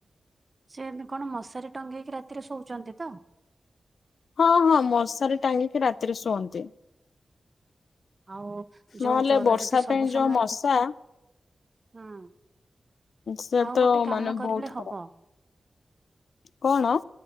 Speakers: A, on the right; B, on the left.
A: ସେ କଣ ମଶାରେ ଟଙ୍ଗେଇକି ରାତିରେ ଶୋଉଛନ୍ତି ତ?
B: ହଁ ହଁ ମଶାରେ ଟାଙ୍ଗିକି ରାତିରେ ଶୁଅନ୍ତି।
A: ଆଉ ଯୋଉ
B: ନହେଲେ
A: ଜର
B: ବର୍ଷା
A: ଯଦି ସବୁ
B: ପାଇଁ
A: ସମୟର
B: ଯଉ ମଶା
A: ହୁଁ
B: ସେ
A: ଆଉ
B: ତ
A: ଗୋଟେ କାମ
B: ମାନେ
A: କରିଲେ
B: ବହୁତ
A: ହବ
B: ଖରାପ। କଣ?